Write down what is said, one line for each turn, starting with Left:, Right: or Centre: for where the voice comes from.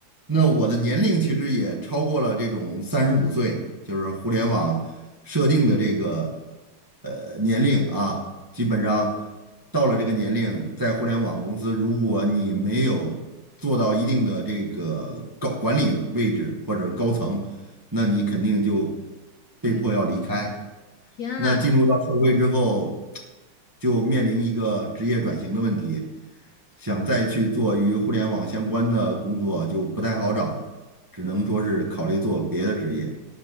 Right: 那我的年龄其实也超过了这种三十五岁，就是互联网设定的这个呃年龄啊，基本上到了这个年龄，在互联网公司，如果你没有做到一定的这个高管理位置或者高层，那你肯定就被迫要离开。
Left: 对，天呐
Right: 那进入到社会之后，就面临一个职业转型的问题，
Left: 天
Right: 想再去做与互联网相关的工作就不太好找，只能说是考虑做别的职业，